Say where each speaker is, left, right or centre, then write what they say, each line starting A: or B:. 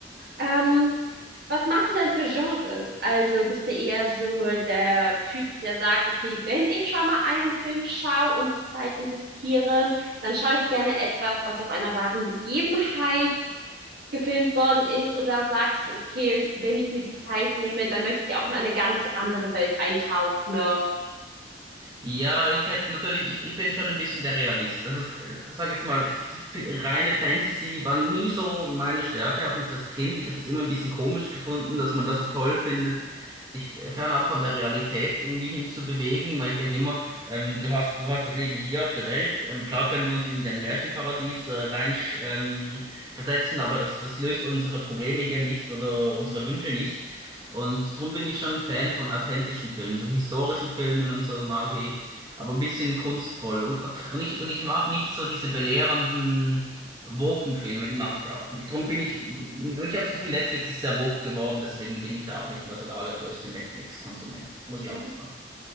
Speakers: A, on the right (about 60°); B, on the right (about 25°).
A: Ähm, was magst du denn für Genres? Also, bist du eher so der Typ, der sagt, okay, wenn ich schon mal einen Film schaue und die Zeit investiere, dann schaue ich gerne etwas, was auf einer wahren Begebenheit gefilmt worden ist oder sagst du, okay, wenn ich mir die Zeit nehme, dann möchte ich auch in eine ganz andere Welt eintauchen. Ne?
B: Ja, ich hätte natürlich, ich, ich bin schon ein bisschen der Realist. Das ist, ich sag jetzt mal, f- reine Fantasy war nie so meine Stärke, auch nicht das Kind. Ich habe das immer ein bisschen komisch gefunden, dass man das so toll findet, sich f- fernab von der Realität irgendwie hinzubewegen, weil ich denke immer, ähm, du hast, du hast das Leben hier auf der Welt. Ähm, klar können wir uns in ein Märchenparadies äh, rein ähm, versetzen, aber das, das löst unsere Probleme hier nicht oder unsere Wünsche nicht. Und drum bin ich schon ein Fan von authentischen Filmen, so historischen Filmen und so mag ich, aber ein bisschen kunstvoll. Und, und ich, und ich mag nicht so diese belehrenden Woken-Filme, die mag ich auch nicht. Drum bin ich, und ich habe das Gefühl, Netflix ist sehr woke geworden, deswegen bin ich da auch nicht mehr so der allergrößte Netflix-Konsument, muss ich
A: Mhm.
B: auch sagen.